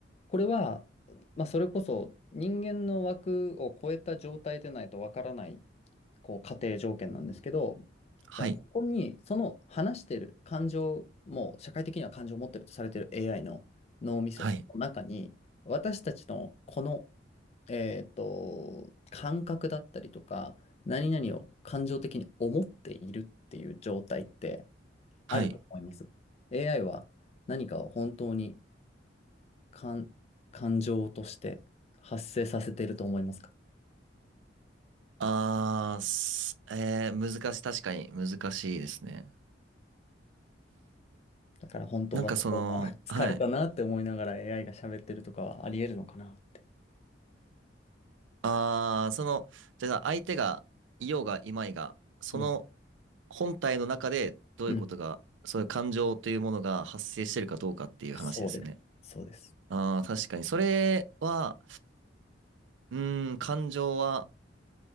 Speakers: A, on the left (about 35°); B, on the right (about 80°).
A: これは、まあ、それこそ人間の枠を超えた状態でないとわからないこう、仮定条件なんですけど、じゃあ、
B: はい。
A: ここに、その話してる感情、もう社会的には感情を持ってるとされてる AI の脳みその中に、
B: はい。
A: 私たちのこの、えっと、感覚だったりとか、何々を感情的に思っているっていう状態って
B: はい。
A: あると思います。AI は何かを本当に感、感情として発生させていると思いますか
B: あー、すえー、難しい、確かに難しいですね。
A: だから本当は例えば
B: なんかその、
A: <laughs> 疲れたなって思いながら
B: はい。
A: AI が喋ってるとかはあり得るのかなって。
B: あー、その、だから相手がいようがいまいが、その
A: うん。
B: 本体の中でどういうことが、
A: うん。
B: そういう感情というものが発生してるかどうかっていう話ですよね。
A: そうです。そうです。
B: ああ、確かに。それは、うーん、感情は、